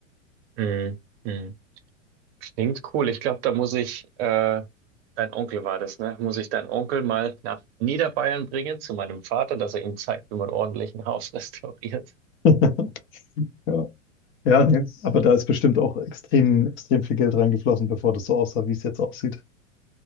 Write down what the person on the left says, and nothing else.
<laughs> Ja, ja, nee. Aber da ist bestimmt auch extrem, extrem viel Geld reingeflossen, bevor das so aussah, wie es jetzt aussieht.